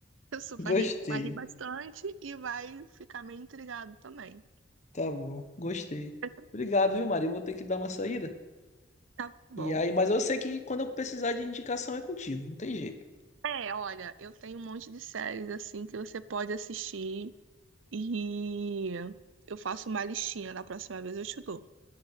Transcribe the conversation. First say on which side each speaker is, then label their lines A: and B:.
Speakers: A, on the right; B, on the left.
A: Eu sou, vai
B: Gostei.
A: rir, vai rir bastante e vai ficar meio intrigado também.
B: Tá bom, gostei.
A: <laughs>
B: Obrigado, viu, Maria? Eu vou ter que dar uma saída.
A: Tá bom.
B: E aí, mas eu sei que quando eu precisar de indicação é contigo, não tem jeito.
A: É, olha, eu tenho um monte de séries assim que você pode assistir e eu faço uma listinha. Da próxima vez eu te dou.